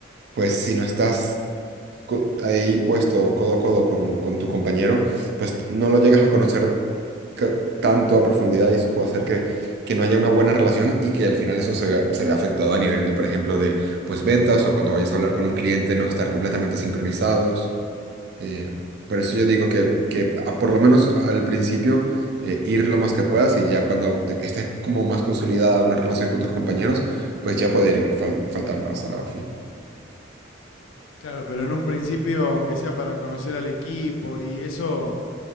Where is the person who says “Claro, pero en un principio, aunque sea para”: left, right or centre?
Left